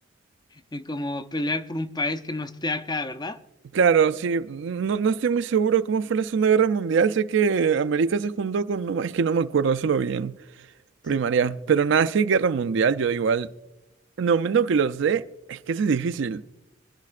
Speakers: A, on the left (about 20°); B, on the right (about 65°).
A: en como pelear por un país que no esté acá, ¿verdad?
B: Claro, sí, no, no estoy muy seguro cómo fue la Segunda Guerra Mundial, sé que América se juntó con, no, es que no me acuerdo, eso lo vi en
A: Sí.
B: primaria, pero nada, si hay Guerra Mundial, yo igual, en el momento que lo sé, es que eso es difícil.